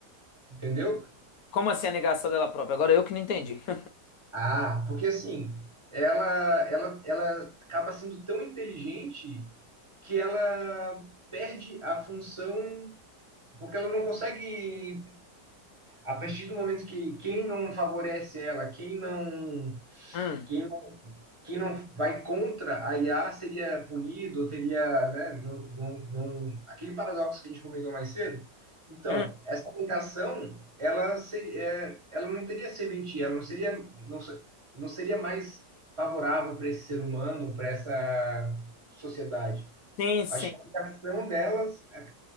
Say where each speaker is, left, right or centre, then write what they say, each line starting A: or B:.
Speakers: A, on the right; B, on the left.
A: entendeu?
B: Como assim a negação dela própria? Agora eu que não entendi. <laughs>
A: Ah, porque assim, ela, ela, ela acaba sendo tão inteligente que ela perde a função, porque ela não consegue, a partir do momento que quem não favorece ela, quem não,
B: Hum,
A: quem quem não vai contra a IA seria punido, teria, né, não, não, não- aquele paradoxo que a gente comentou mais cedo. Então,
B: hum.
A: essa negação, ela seria, é, ela não teria serventia, ela não seria, não, se- não seria mais favorável para esse ser humano, para essa sociedade.
B: Sim, sim.
A: Acho que a negação delas, a